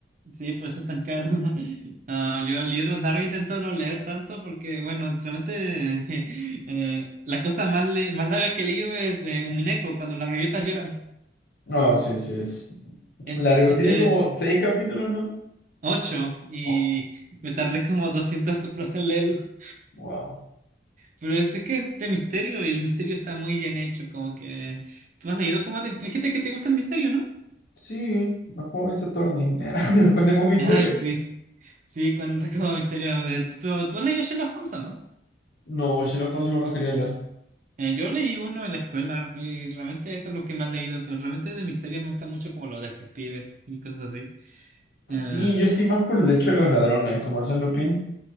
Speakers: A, on the right; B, on the left.
A: Sí, por eso es tan caro. <laughs> Ah, yo libros largos intento no leer tanto porque, bueno, realmente <laughs> eh, eh, la cosa más, le- más larga que he leído es eh, Umineko, cuando las gaviotas lloran.
B: No, sí, sí, es
A: Es,
B: largo.
A: ese
B: Tiene como seis capítulos, ¿no?
A: 8 y
B: Oh,
A: me tardé como 200 horas en leerlo.
B: wow.
A: Pero es, es que es de misterio y el misterio está muy bien hecho, como que... ¿Tú has leído como te... Tú dijiste que te gusta el misterio, ¿no? <laughs>
B: Sí, no juego Ace Attorney. <laughs> ¿Se cuenta como misterio?
A: Ah, sí, sí, cuando como misterio... eh, tú- Pero tú has leído Sherlock Holmes, ¿o ¿no?
B: No, Sherlock Holmes igual no quería leer.
A: Eh, yo leí uno en la escuela y realmente eso es lo que más he leído, pero realmente de misterio me gusta mucho como los detectives y cosas así. Ah,
B: Sí, yo estoy más por el hecho de los ladrones, como Arsène Lupin,